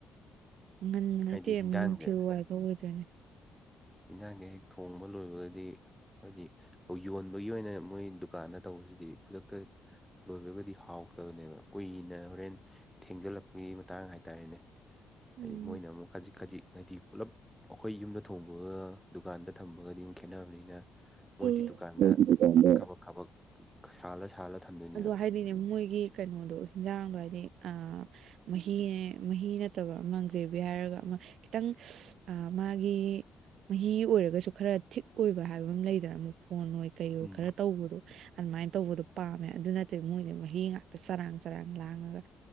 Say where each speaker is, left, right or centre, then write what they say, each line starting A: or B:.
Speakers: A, on the right; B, in the centre.
A: ꯉꯟꯕ
B: ꯍꯥꯏꯗꯤ
A: ꯅꯠꯇꯦ
B: ꯍꯤꯟꯖꯥꯡꯁꯦ
A: ꯅꯨꯡꯊꯤꯜ ꯋꯥꯏꯕꯧ ꯑꯣꯏꯗꯣꯏꯅꯦ
B: ꯌꯦꯟꯁꯥꯡꯁꯦ ꯍꯦꯛ ꯊꯣꯡꯕ ꯂꯣꯏꯕꯒꯗꯤ ꯍꯥꯏꯗꯤ ꯌꯣꯟꯕꯒꯤ ꯑꯣꯏꯅ ꯃꯣꯏ ꯗꯨꯀꯥꯟꯗ ꯇꯧꯕꯁꯤꯗꯤ ꯈꯨꯗꯛꯇ ꯂꯣꯏꯕꯒꯗꯤ ꯍꯥꯎꯇꯕꯅꯦꯕ ꯀꯨꯏꯅ ꯍꯣꯔꯦꯟ ꯊꯦꯡꯖꯤꯜꯂꯛꯄꯒꯤ ꯃꯇꯥꯡ ꯍꯥꯏꯇꯥꯔꯦꯅꯦ ꯍꯥꯏꯗꯤ
A: ꯎꯝ
B: ꯃꯣꯏꯅ ꯑꯃꯨꯛ ꯈꯖꯤꯛ ꯈꯖꯤꯛ ꯍꯥꯏꯗꯤ ꯄꯨꯜꯂꯞ ꯑꯩꯈꯣꯏ ꯌꯨꯝꯗ ꯊꯣꯡꯕ ꯑꯣ ꯗꯨꯀꯥꯟꯗ ꯊꯝꯕꯒꯗꯤ ꯑꯃꯨꯛ ꯈꯦꯠꯅꯕꯅꯤꯅ ꯃꯣꯏꯗꯤ
A: ꯎꯝ
B: ꯗꯨꯀꯥꯟꯗ ꯀꯥꯄꯛ ꯊꯕꯛ ꯁꯥꯜꯂ ꯁꯥꯜꯂ ꯊꯝꯗꯣꯏꯅꯦꯕ
A: ꯑꯗꯣ ꯍꯥꯏꯗꯤꯅꯦ ꯃꯣꯏꯒꯤ ꯀꯩꯅꯣꯗꯣ ꯍꯟꯖꯥꯡꯗꯣ ꯍꯥꯏꯗꯤ ꯑ ꯃꯍꯤꯅꯦ ꯃꯍꯤ ꯅꯠꯇꯕ ꯑꯃ ꯒ꯭ꯔꯦꯕꯤ ꯍꯥꯏꯔꯒ ꯑꯃ ꯈꯤꯇꯪ ꯃꯥꯒꯤ ꯃꯍꯤ ꯑꯣꯏꯔꯒꯁꯨ ꯈꯔ ꯊꯤꯛ ꯑꯣꯏꯕ ꯍꯥꯏꯕ ꯑꯃ ꯂꯩꯗꯅ ꯑꯃꯨꯛ ꯐꯣꯟ ꯑꯣꯏꯣꯏ ꯀꯩ ꯑꯣꯏꯣꯏ
B: ꯎꯝ
A: ꯈꯔ ꯇꯧꯕꯗꯣ ꯑꯗꯨꯃꯥꯏꯅ ꯇꯧꯕꯗꯣ ꯄꯥꯝꯃꯦ ꯑꯗꯨ ꯅꯠꯇꯕ ꯃꯣꯏꯅ ꯃꯍꯤ ꯉꯥꯛꯇ ꯆꯔꯥꯡ ꯆꯔꯥꯡ ꯂꯥꯡꯉꯒ